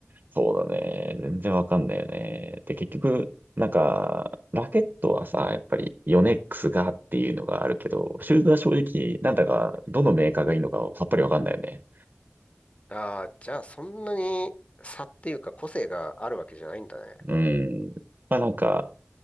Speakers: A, on the right; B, on the left.
A: そうだね。全然わかんないよね。で、結局、なんか、ラケットはさ、やっぱりヨネックスがっていうのがあるけど、シューズは正直、なんだか、どのメーカーがいいのかさっぱりわかんないよね。
B: ああ、じゃあそんなに差っていうか個性があるわけじゃないんだね。
A: うん。まあなんか、